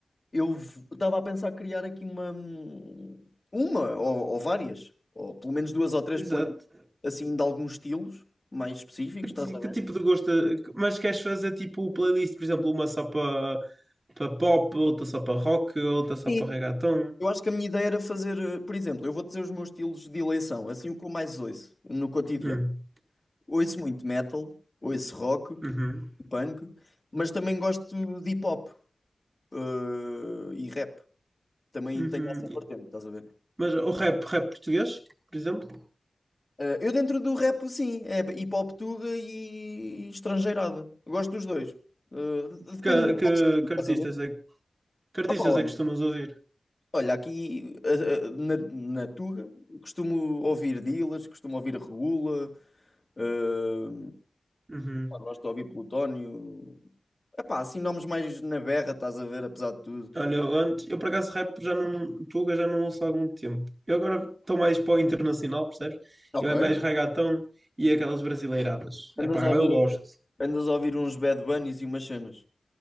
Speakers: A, on the left; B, on the right.
A: Eu estava a pensar criar aqui uma, hum, uma ou, ou várias, ou pelo menos duas ou três,
B: Exato.
A: play- assim, de alguns estilos mais específicos,
B: Que,
A: estás
B: ti-
A: a ver?
B: que tipo de gosto? Mas queres fazer tipo playlist, por exemplo, uma só para para pop, outra só para rock, outra só
A: Sim.
B: para reggaeton?
A: Eu acho que a minha ideia era fazer, eh, por exemplo, eu vou dizer os meus estilos de eleição, assim o que eu mais ouço no cotidiano.
B: Hum.
A: Ouço muito metal, ouço rock,
B: Uhum.
A: punk, mas também gosto de hip hop, eh, e rap. Também
B: Uhum.
A: tenho essa vertente, estás a ver?
B: Mas o rap, rap português, por exemplo?
A: Ah, eu dentro do rap, sim, é hip hop tuga e estrangeirada. Eu Gosto dos dois. Ah, depende
B: Que,
A: do
B: que,
A: modo de estás
B: que artistas
A: a ver?
B: é, que artistas
A: Opa, olha,
B: é que costumas ouvir?
A: olha, aqui ah, ah, na, na tuga costumo ouvir Dillaz, costumo ouvir Regula, ah,
B: Uhum.
A: gosto de ouvir Plutónio. Epá, assim nomes mais na berra, estás a ver, apesar de tudo.
B: Olha, eu antes, eu por acaso rap já não, Tuga já não ouço há algum tempo. Eu agora estou mais para o internacional, percebes?
A: Ok.
B: Eu é mais reggaeton e aquelas brasileiradas. É
A: Andas
B: pá,
A: a ouvir,
B: eu gosto.
A: andas a ouvir uns Bad Bunnies e umas cenas.